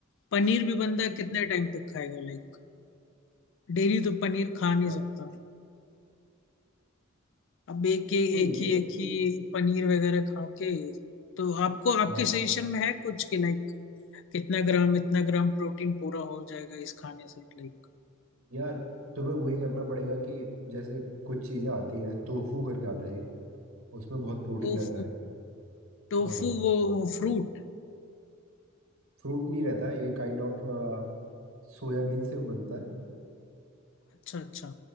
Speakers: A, on the left; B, on the right.
A: पनीर भी बंदा कितने टाइम तक खाएगा लाइक डेली तो पनीर
B: सही
A: खा नहीं
B: बात।
A: सकता अब एक एक एक
B: तो ये
A: ही
B: सब
A: एक
B: चीज़-
A: ही पनीर वगैरह खा के तो आपको आपके
B: हाँ
A: सजेशन में है कुछ कि लाइक कितना ग्राम इतना ग्राम प्रोटीन पूरा हो जाएगा इस खाने से लाइक
B: यार तुम्हें वही करना पड़ेगा कि जैसे कुछ चीज़ें आती हैं टोफू करके आता है एक उसमें बहुत प्रोटीन
A: टोफू
B: रहता है
A: टोफू
B: हाँ
A: वो फ्रूट
B: फ्रूट नहीं रहता है ये काइंड ऑफ सोयाबीन से बनता है
A: अच्छा अच्छा